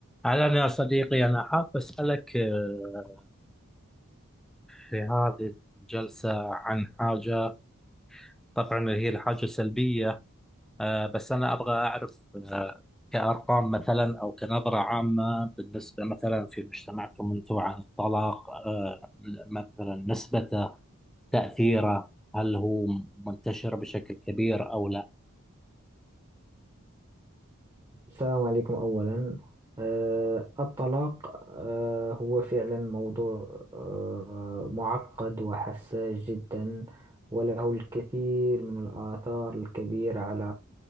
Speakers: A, in the centre; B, on the right (about 20°).
A: أهلا يا صديقي أنا حاب أسألك آه، في هذه الجلسة عن حاجة طبعا هي الحاجة سلبية آه، بس أنا أبغى أعرف آه، كأرقام مثلا أو كنظرة عامة بالنسبة مثلا في مجتمعكم أنتم عن الطلاق آه، مثلا نسبته تأثيره هل هو منتشر بشكل كبير أو لا
B: السلام عليكم أولا آه، الطلاق آه، هو فعلا موضوع آه، معقد وحساس جدا وله الكثير من الآثار الكبيرة على